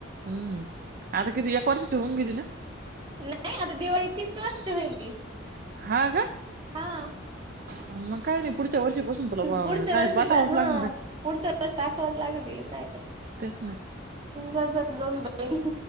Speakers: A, on the right; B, on the right.
A: हं. आता किती या कर्षच होून गेली ना
B: नाही आता दिवाळी तीन वर्षाची होईल ती
A: हा का
B: हा
A: नम का पुढच्या वर्षी बसून तुला
B: पुढच्या
A: शळेत
B: वर्षीचा
A: पाठावाच
B: हा
A: लागणार आहे
B: पुढच्या वर्ष टाकावंच लागेल तिला शाळेत.
A: त्याच ना
B: जात जात दोघी बहिणी